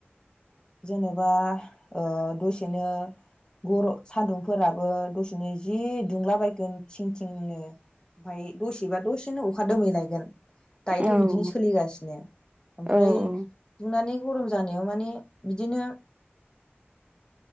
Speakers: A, on the left; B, on the right.
A: जेनेबा ओ दसेनो गर सान्दुं फोराबो दसेनो जि दुंलाबायगोन थिं थिंनो फाय दसे बा दसे बिदिनो अखा दोमै लायगोन दायोथ
B: औ
A: बिदिनो
B: औ
A: सोलिगासिनो ओमफ्राय
B: औ
A: दुंनानै गरम जानायाव माने बिदिनो